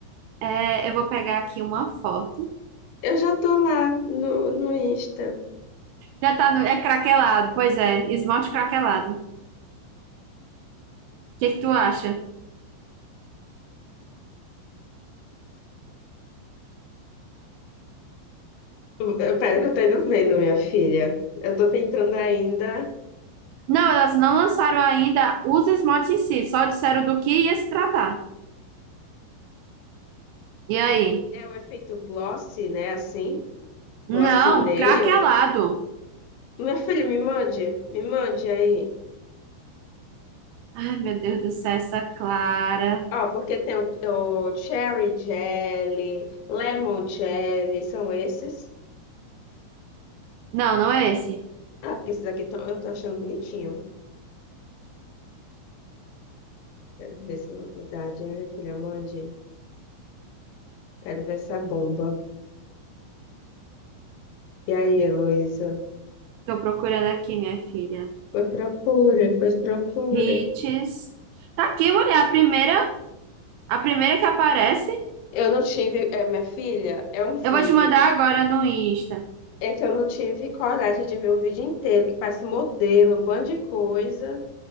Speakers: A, on the right; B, on the left.
A: É, eu vou pegar aqui uma foto.
B: eu já tô lá no, no Insta.
A: Já tá no. É craquelado, pois é, esmalte craquelado. O que que tu acha?
B: Hum, Pera que eu tô indo vendo, minha filha. Eu tô tentando ainda.
A: Não, elas não lançaram ainda os esmaltes em si, só disseram do que ia se tratar. E aí?
B: É, é o efeito gloss, né? Assim,
A: Não,
B: gloss nail.
A: craquelado.
B: Minha filha, me mande, me mande aí.
A: Ai, meu Deus do céu, essa Clara.
B: Ó, porque tem o, o cherry jelly, lemon jelly, são esses.
A: Não, não é esse.
B: Ah, porque esses aqui tão- eu tô achando bonitinho. Quero ver essa novidade, hein, minha filha? Mande. Quero ver essa bomba. E aí, Heloísa?
A: Tô procurando aqui, minha filha.
B: Pois procura, pois procura.
A: Hits. Tá aqui, mulher, a primeira, a primeira que aparece.
B: Eu não tive, é, minha filha, é um vídeo.
A: Eu vou te mandar agora no Insta.
B: É que eu não tive coragem de ver o vídeo inteiro, que passa modelo, um bando de coisa.